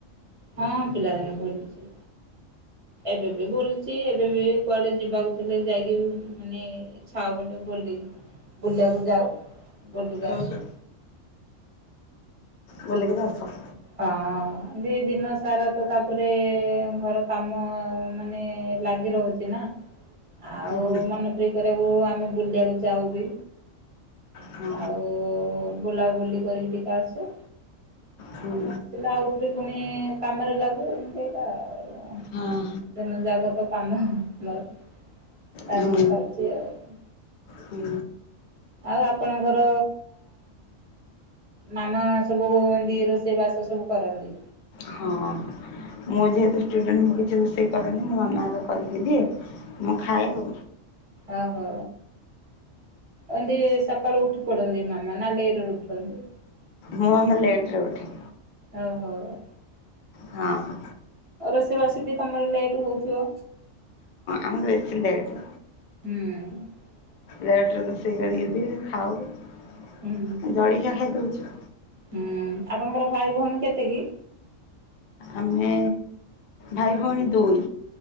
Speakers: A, on the right (about 30°); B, on the left (about 70°).
A: ହଁ ପିଲାଦିନ ବୁଲଛି ଏବେ ବି ବୁଲୁଛି ଏବେ ବି କୁଆଡେ ଯିବାକୁ ଥିଲେ ଯାଇକି ମାନେ ଇଛା ବ ବୁଲି ବୁଲିବାକୁ ଯାଉ ବୋଲିଗ
B: ହଁ।
A: ଆସୁ
B: ବଲିିକି ଦସ
A: ହଁ ଦିନ ସାରା ତ ତାପରେ ଘର କାମ ମାନେ ଲାଗି ରହୁଛି ନା ଆଉ
B: ହୁଁ
A: ମନପିତ କରିବାକୁ ଆମେ ବୁଲିବାକୁ ଯାଉ ବି
B: ହଁ
A: ଆଉ ବୁଲାବୁଲି କରିକି ଟିକେ ଆସୁ
B: ହୁଁ।
A: ଆଉ ଆସିଲା ଆଉଥି ପୁଣି କାମରେ ଲାଗୁ ଏମିତି ଆଉ
B: ହଁ।
A: ଦିନ ଜାଗତ କାମ ମମର ଲାଗିଥାଉଛି
B: ହୁଁ
A: ଆଉ
B: ହୁଁ
A: ଆଉ ଆପଣଙ୍କର ମାମା ସବୁ କ ଏନ୍ତି ରୋଷେଇ ବାସ ସବୁ କରନ୍ତି।
B: ହଁ। ମୁଁ ଯେହେତୁୁଡଣ୍ଟ ମୁ କିଛି ସେହି କଣ ମୁଁ ଆ ମାର କରିକି ଦିଏ। ମୁ ଖାଇଉ
A: ଓ ହୋ ଅ ସକାଳ ଉଠ କଡ଼ନ୍ତିି ମାମା ନା ଲ ଏଟ ଉଟନ୍ତି।
B: ମୁଁ ଆମେ ଲେଟ ରେ ଉଠେ
A: ଓ ହୋଉ
B: ହଁ।
A: ରୋଷେଇବାସ ବି ତମର ଲେଟ ହଉଥିବ
B: ଆମେ ବେଶି ଲେଟ
A: ହୁଁ
B: ସେଟରେ ତ ସେ କରି ଦେଇ ଖାଉ
A: ହୁଁ
B: ଜଳଖିଆ ଖାଇଦଉଚୁ
A: ହୁଁ ଆପଣଙ୍କର ଭାଇ ଭଉଣୀ କେତେ କିି
B: ଆମେ ଭାଇ ଭଉଣୀ ଦଇ